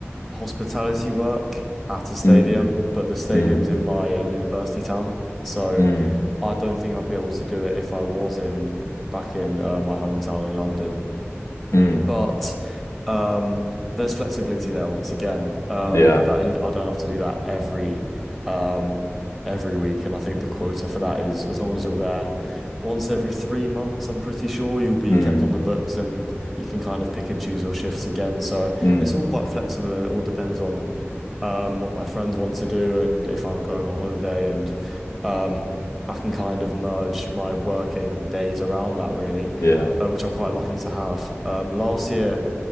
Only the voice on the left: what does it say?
mm,
mm,
mm, mm.
mm.
Yeah.
Mm,
mm,
yeah.